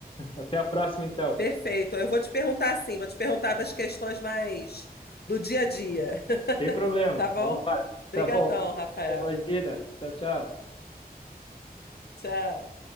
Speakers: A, on the left; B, on the left.
A: Até a próxima, então.
B: Perfeito. Eu vou te perguntar assim, vou te perguntar das questões mais do dia a dia. <laughs>
A: Sem problema.
B: Tá bom?
A: Vamos lá. Tá
B: Obrigadão,
A: bom.
B: Rafael.
A: <laughs> Imagina. Tchau, tchau.
B: Tchau.